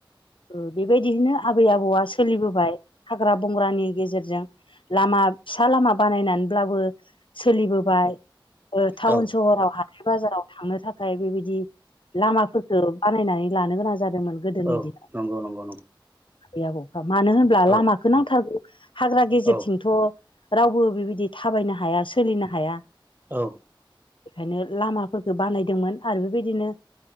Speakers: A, on the left; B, on the right.
A: ओ बेबायदिनो आबै आबौआ सोलिबोबाय हाग्रा बंग्रानि गेजेरजों लामा फिसा लामा बानायनानैब्लाबो सोलिबोबाय ओ टाउन
B: औ
A: सहराव हाथाय बाजाराव थांनो थाखाय बेबायदि लामाफोरखो बानायनानै लानो गोनां दोंमोन गोदोनि
B: औ
A: दिनाव।
B: नंगौ नंगौ नंगौ
A: आबै आबौफ्रा मानो होमब्ला
B: औ
A: लामाखौ नांथारगौ हाग्रा गेजेरथिंथ'
B: औ
A: रावबो बेबायदि थाबायनो हाया सोलिनो हाया।
B: औ
A: बेखायनो लामाफोरखो बानायदोंमोन आरो बेबायदिनो